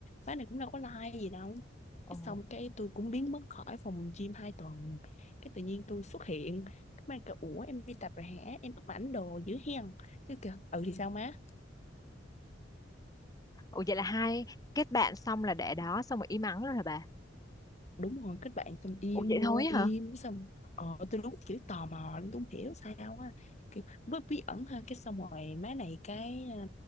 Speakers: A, on the left; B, on the left.
A: Má này cũng đâu có like gì đâu
B: ồ
A: cái xong cái tôi cũng biến mất khỏi phòng gym hai tuần cái tự nhiên tôi xuất hiện cái má kêu ủa em đi tập rồi hả em úp ảnh đồ dữ hen chứ kìa ừ thì sao má
B: ủa vậy là hai kết bạn xong là để đó xong rồi im ắng luôn hả bà
A: đúng rồi kết bạn xong im
B: ủa vậy
A: luôn
B: thôi á
A: im
B: hả
A: xong ờ tôi đúng kiểu tò mò luôn tôi không hiểu sao á kiểu bí bí ẩn ha cái xong rồi má này cái ờ,